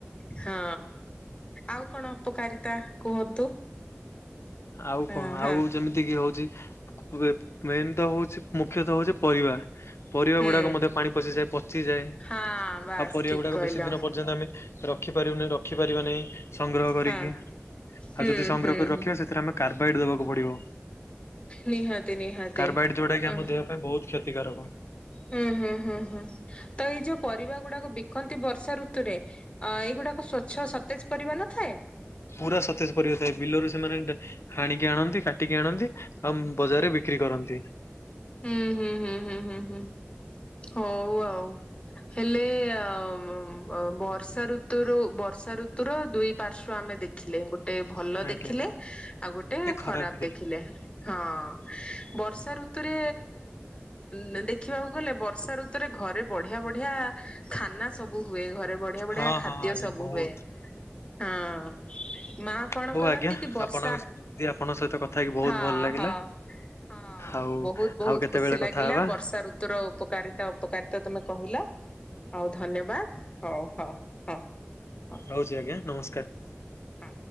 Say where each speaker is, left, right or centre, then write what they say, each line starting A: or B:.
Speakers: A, on the left; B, on the left.
A: ହଁ। ଆଉ କଣ ଅପକାରିତା କୁହନ୍ତୁ?
B: ଆଉ
A: ହଁ
B: କଣ ଆଉ
A: ହଁ
B: ଯେମି ତିକି ହଉଚି ବେ ମେନ୍ ତ ହଉଚି ମୁଖ୍ୟ ତ ହଉଚି ପରିବା। ପରିବା
A: ହୁଁ
B: ଗୁଡ଼ାକ ମଧ୍ୟ ପାଣି ପଶିଯାଏ ପଚିଯାଏ
A: ହଁ ବାସ୍
B: ଆଉ ପରିବା
A: ଠିକ
B: ଗୁଡ଼ାକ
A: କହିଲ
B: ବେଶୀ ଦିନ ପର୍ଯ୍ୟନ୍ତ ଆମେ। ରଖିପାରିବୁନି ରଖିପାରିବା ନାହିଁ ସଂଗ୍ରହ କରିକି
A: ହଁ ହୁଁ
B: ଆଉ ଯଦି ସଂଗ୍ରହ
A: ହୁଁ
B: କରି ରଖିବା
A: ହୁଁ
B: ସେଥିରେ ଆମେ କାର୍ବାଇଡ ଦବାକୁ ପଡ଼ିବ
A: ନିହାତି ନିହାତି
B: କାର୍ବାଇଡ ଯୋଉଟା କି
A: ହଁ
B: ଆମ ଦେହ ପାଇଁ ବୋହୁତ୍ କ୍ଷତିକାରକ।
A: ହୁଁ ହୁଁ ହୁଁ ହୁଁ ତ ଏଇ ଯୋଉ ପରିବା ଗୁଡ଼ାକ ବିକନ୍ତି ବର୍ଷା ଋତୁରେ ଅ ଏଇ ଗୁଡ଼ାକ ସ୍ଵଚ୍ଛ ସତେଜ୍ ପରିବା ନଥାଏ?
B: ପୁରା ସତେଜ୍ ପରିବା ଥାଏ ବିଲରୁ ସେମାନେ ଡା ହାଣିକି ଆଣନ୍ତି କାଟିକି ଆଣନ୍ତି ଆଉ ବଜାରରେ ବିକ୍ରି କରନ୍ତି।
A: ହୁଁ ହୁଁ ହୁଁ ହୁଁ ହୁଁ ହୁଁ ହୋଉ ଆଉ। ହେଲେ <unintelligible> ବର୍ଷା ଋ ଋତୁରୁ ବର୍ଷା ଋତୁୁର ଦୁଇ ପାର୍ଶ୍ଵ ଆମେ ଦେଖିଲେ ଗୋ ଟେ ଭଲ
B: ଆଜ୍ଞା।
A: ଦେଖିଲେ ଆଉ ଗୋଟେ
B: ଖରାପ
A: ଖରାପ୍
B: ବି ଦେଖିଲି
A: ଦେଖିଲେ। ହଁ ବର୍ଷା ଋ ତୁରେ <unintelligible> ଦେଖିବାକୁ ଗଲେ ବର୍ଷା ଋତୁରେ ଘରେ ବଢ଼ିଆ ବଢ଼ିଆ ଖାନା ସବୁ ହୁଏ ଘରେ ବଢ଼ିଆ ବଢ଼ିଆ
B: ହଁ
A: ଖାଦ୍ୟ
B: ହଁ ଆଜ୍ଞା
A: ସବୁ
B: ବହୁତ
A: ହୁଏ। ହଁ ମା କଣ
B: ହଉ
A: କରନ୍ତି
B: ଆଜ୍ଞା
A: କି ବର୍ଷା
B: ଆପଣ ଦିଦି ଆପଣଙ୍କ ସହିତ କଥା ହେଇକି ବହୁତ
A: ହଁ
B: ଭଲ ଲାଗିଲା
A: ହଁ। ହଁ
B: ଆଉ
A: ବୋହୁତ୍ ବୋହୁତ୍
B: ଆଉ କେତେବେଳେ
A: ଖୁସି
B: କଥା
A: ଲାଗିଲା
B: ହବା
A: ବ ର୍ଷା ଋତୁର ଉପକାରିତା ଅପକାରିତା ତମେ କହିଲ ଆଉ ଧନ୍ୟବାଦ ହଉ ହଉ। ହଁ ହଁ
B: ରହୁଚି ଆଜ୍ଞା ନମସ୍କାର।
A: ହଁ।